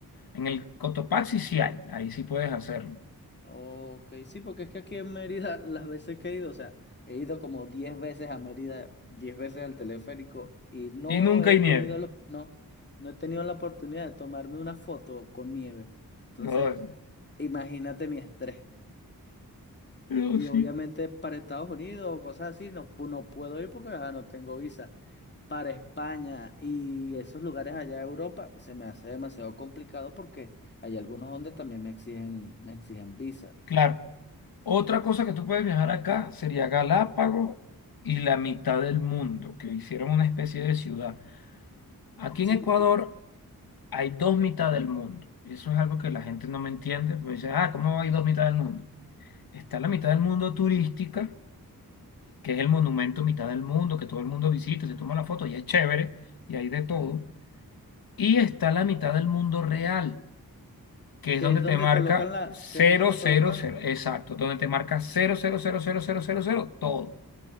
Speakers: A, on the left; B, on the left.
A: en el Cotopaxi sí hay, ahí sí puedes hacerlo.
B: Ok, sí, porque es que aquí en Mérida, <laughs> las veces que he ido, o sea, he ido como 10 veces a Mérida, 10 veces al teleférico y no
A: Y nunca
B: he
A: hay
B: tenido,
A: nieve.
B: lo- no, no he tenido la oportunidad de tomarme una foto con nieve. Entonces,
A: No, es-
B: imagínate mi estrés.
A: pero
B: Y
A: sí,
B: obviamente para Estados Unidos o cosas así, no, pu- no puedo ir porque ajá, no tengo visa. para España y esos lugares allá de Europa se me hace demasiado complicado porque hay algunos donde también me exigen, me exigen visa.
A: claro. Otra cosa que tú puedes viajar acá sería Galápagos y la mitad del mundo, que hicieron una especie de ciudad. Aquí
B: Sí,
A: en Ecuador
B: t-
A: hay dos mitad del mundo. Eso es algo que la gente no me entiende, pues dice, ah, ¿cómo hay dos mitad del mundo? Está la mitad del mundo turística que es el monumento
B: O-
A: mitad del mundo, que todo el mundo visita, se toma la foto y es chévere y hay
B: Ok.
A: de todo. Y está la mitad del mundo real, que
B: que
A: es donde
B: es
A: te
B: donde
A: marca
B: colocan la,
A: cero
B: que es donde
A: cero
B: colocan,
A: cero exacto, donde te marca cero cero cero cero cero cero cero todo.